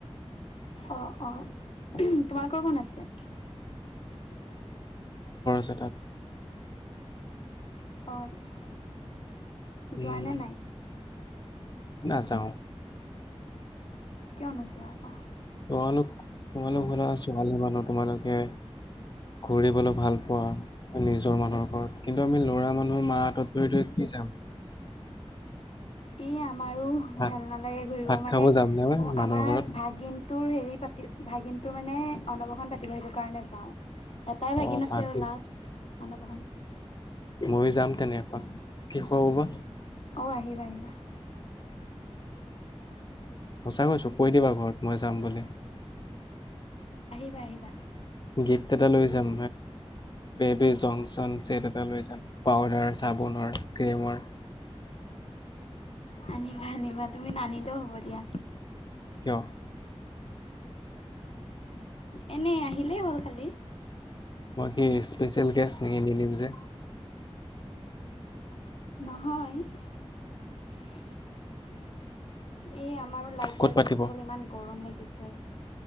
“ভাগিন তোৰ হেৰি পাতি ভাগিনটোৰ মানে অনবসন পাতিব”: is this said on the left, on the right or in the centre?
Left